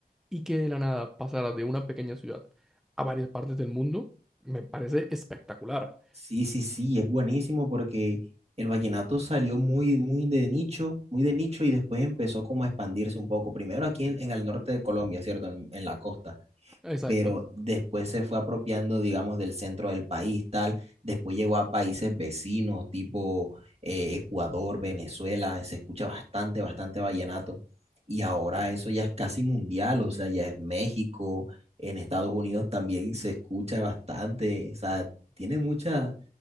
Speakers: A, in the centre; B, on the right (about 40°).
A: Y que de la nada pasara de una pequeña ciudad a varias partes del mundo, me parece espectacular.
B: Sí, sí, sí, es buenísimo porque el vallenato salió muy, muy de nicho, muy de nicho y después empezó como a expandirse un poco. Primero aquí en, en el norte de Colombia, ¿cierto? en en la costa.
A: Exacto.
B: pero después se fue apropiando, digamos, del centro del país, tal, después llegó a países vecinos, tipo eh, Ecuador, Venezuela, y se escucha bastante, bastante vallenato, y ahora eso ya es casi mundial, o sea, ya es México, en Estados Unidos también se escucha bastante, o sea, tiene mucha...